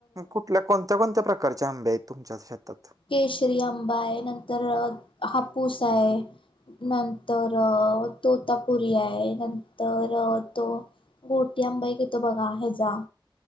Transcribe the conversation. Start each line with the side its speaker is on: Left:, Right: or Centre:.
Right: कुठल्या कोणत्या कोणत्या प्रकारच्या आंबे आहेत तुमच्या शेतात.
Left: केशरी आंबा हाय. नंतर हापूस हाय. नंतर तोता पुुरी आहे नंतर तो मोठीआंबाईक तिथं आहे बघा जा.